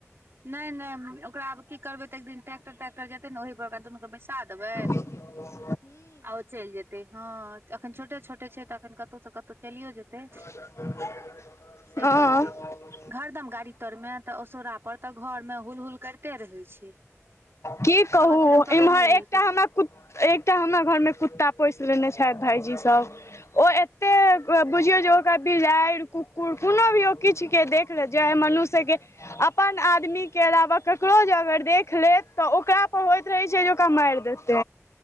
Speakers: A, on the right; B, on the left.
A: नहि नहि ओकरा आब कि करबै तऽ एक दिन ट्रैक्टर तटैक्टर जेतै ने ओहहि पर ओकरा दुनू के बैसा देबै
B: <unintelligible>
A: आ ओ चलि जेतै ह एखन छोटे छोटे छै तऽ अखन कतहु से कतहु चलियो जेतै
B: हा
A: से करतै हरदम गाड़ी तर मे तऽ असोरा पर तऽ घर मे हल हल कर के रहे छै
B: की कहू
A: हआ किदन पकड़ियो
B: इम्हर एकटा
A: लेलकिन
B: हमरा एकटा हमरा घरमे कुत्ता पोसि लेने छथि भायजी सभ ओ एतेक बुझियौ जे ओकरा बारि कुकुर कोनो भी ओ किछु के देख ले जऽ मनुष्य के अपन आदमी के अलावा ककरो जे अगर देख लेत तऽ ओकरा पर होइत रहै छै जे ओकरा मारि देते